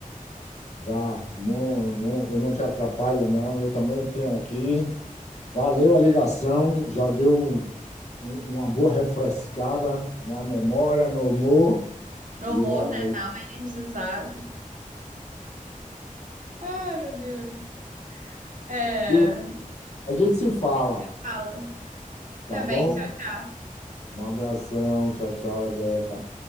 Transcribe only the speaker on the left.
vá, não, não, eu não te atrapalho, não, eu também tenho aqui. Valeu a ligação, já deu um- um, uma boa refrescada na memória, no humor,
e
aí,
viu? A gente se fala,
tá
bom?
Um abração, tchau, tchau, Rebeca.